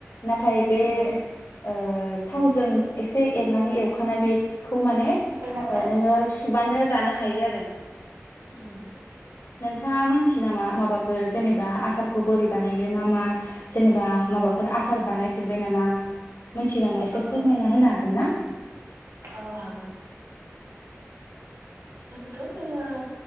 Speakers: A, on the left; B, on the right.
A: नाथाय बे
B: औ
A: ओ थावजों एसे एरनानै एवखानाय बे खौ माने
B: खौ माने
A: नोङो सुबानो जानो हायो आरो आरो
B: उम
A: थाङा मोनथियो नामा माबाफोर जेनेबा आसारखौ बोरै बानायो मा मा जेनेबा माबाफोर आसार बानाय फेरबाय नामा मोनथियो नामा एसे
B: औ
A: फोरमायना होनो हागोन ना
B: औ हागोन थ' जोङो